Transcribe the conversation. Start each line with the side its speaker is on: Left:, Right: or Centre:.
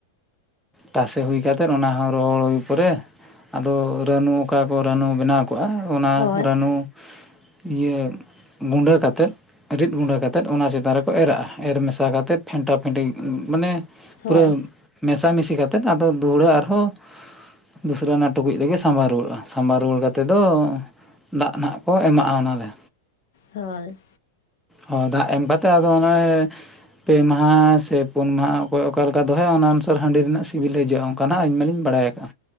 Centre: ᱛᱟᱥᱮ ᱦᱩᱭ ᱠᱟᱛᱮᱫ ᱚᱱᱟ ᱦᱚᱸ ᱨᱚᱦᱚᱲ ᱦᱩᱭ ᱯᱚᱨᱮ ᱟᱫᱚ ᱨᱟᱹᱱᱩ ᱚᱠᱟ ᱠᱚ ᱨᱟᱹᱱᱩ ᱵᱮᱱᱟᱣ ᱠᱚᱜᱼᱟ ᱚᱱᱟ
Left: ᱦᱳᱭ
Centre: ᱨᱟᱹᱱᱩ ᱤᱭᱟᱹ ᱜᱩᱸᱰᱟᱹ ᱠᱟᱛᱮᱫ ᱨᱤᱫ ᱜᱩᱸᱵᱟᱹ ᱠᱟᱛᱮᱫ ᱚᱱᱟ ᱪᱮᱛᱟᱱ ᱨᱮᱠᱚ ᱮᱨᱟᱜᱼᱟ ᱮᱨ ᱢᱮᱥᱟ ᱠᱟᱛᱮᱫ ᱯᱷᱮᱱᱴᱟᱼᱯᱷᱮᱱᱴᱤ ᱢᱟᱱᱮ
Left: ᱦᱳᱭ
Centre: ᱯᱩᱨᱟᱹ ᱢᱮᱥᱟᱢᱤᱥᱤ ᱠᱟᱛᱮᱫ ᱟᱫᱚ ᱫᱷᱩᱦᱲᱟᱹ ᱟᱨᱦᱚᱸ ᱫᱩᱥᱨᱟ ᱚᱱᱟ ᱴᱩᱠᱩᱡ ᱨᱮᱜᱮ ᱥᱟᱢᱵᱟᱣ ᱨᱩᱣᱟᱹᱲᱚᱜᱼᱟ, ᱥᱟᱢᱵᱟᱣ ᱨᱩᱣᱟᱹᱲ ᱠᱟᱛᱮ ᱫᱚ ᱫᱟᱜ ᱱᱟᱦᱟᱜ ᱠᱚ ᱮᱢᱟᱜᱼᱟ ᱚᱱᱟ ᱨᱮ᱾
Left: ᱦᱳᱭ᱾
Centre: ᱦᱚ ᱫᱟᱜ ᱮᱢ ᱠᱟᱛᱮ ᱟᱫᱚ ᱚᱱᱮ ᱯᱮ ᱢᱟᱦᱟ ᱥᱮ ᱯᱩᱱ ᱢᱟᱦᱟ ᱚᱠᱚᱭ ᱚᱠᱟ ᱞᱮᱠᱟ ᱫᱚᱦᱚᱭᱟ ᱚᱱᱟ ᱚᱱᱩᱥᱟᱨ ᱦᱟᱺᱰᱤ ᱨᱮᱱᱟᱜ ᱥᱤᱵᱤᱞ ᱦᱤᱡᱩᱜ ᱡᱩᱜ-ᱟ ᱚᱱᱠᱟ ᱱᱟᱦᱟᱜ ᱤᱧ ᱢᱟᱞᱤᱧ ᱵᱟᱲᱟᱭ ᱟᱠᱟᱜᱼᱟ᱾